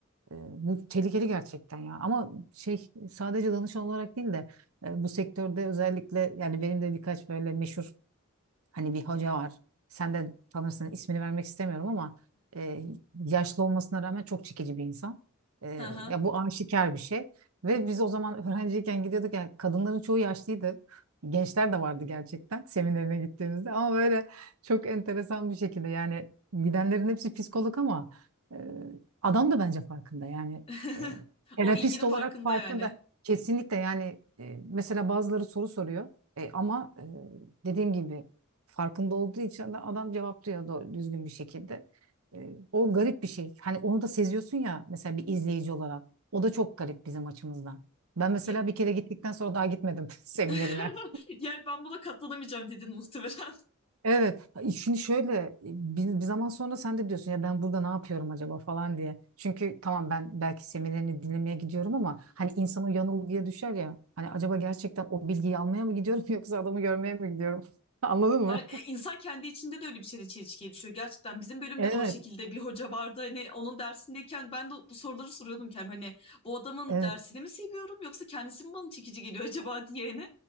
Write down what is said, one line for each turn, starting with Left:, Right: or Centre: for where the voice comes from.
Right: E, Bu tehlikeli gerçekten ya. Ama şey sadece danışan olarak değil de e, bu sektörde özellikle yani benim de birkaç böyle meşhur Hani bir hoca var. Sen de tanırsın ismini vermek istemiyorum ama e, yaşlı olmasına rağmen çok çekici bir insan. E,
Left: <laughs> Hı hı.
Right: ya bu aşikar bir şey. Ve biz o zaman öğrenciyken gidiyorduk. Yani kadınların çoğu yaşlıydı. Gençler de vardı gerçekten seminerine gittiğimizde. Ama böyle çok enteresan bir şekilde yani gidenlerin hepsi psikolog ama e, adam da bence farkında. Yani
Left: <laughs>
Right: e, terapist
Left: O ilginin
Right: olarak
Left: farkında
Right: farkında.
Left: yani.
Right: Kesinlikle yani e, mesela bazıları soru soruyor E, ama e, dediğim gibi farkında olduğu için de adam cevaplıyor da düzgün bir şekilde. E, o garip bir şey. Hani onu da seziyorsun ya mesela bir izleyici olarak. O da çok garip bizim açımızdan. Ben mesela
Left: Ye-
Right: bir kere gittikten sonra daha gitmedim <laughs> seminerine.
Left: <laughs> Yani ben buna katlanamayacağım dedin muhtemelen.
Right: Evet. Şimdi şöyle bir, bir zaman sonra sen de diyorsun ya ben burada ne yapıyorum acaba falan diye. Çünkü tamam ben belki seminerini dinlemeye gidiyorum ama hani insan o yanılgıya düşer ya. Hani acaba gerçekten o bilgiyi almaya mı gidiyorum <laughs> yoksa adamı görmeye mi gidiyorum? <laughs> Anladın
Left: <laughs>
Right: mı?
Left: Hayır, e, insan kendi içinde de öyle bir şeyle çelişkiye düşüyor gerçekten. Bizim bölümde
Right: Evet.
Left: de o şekilde bir hoca vardı. Hani onun dersindeyken ben de bu soruları soruyordum kendime. Hani bu adamın
Right: Evet.
Left: dersini mi seviyorum yoksa kendisi mi bana çekici geliyor acaba diye. Hani.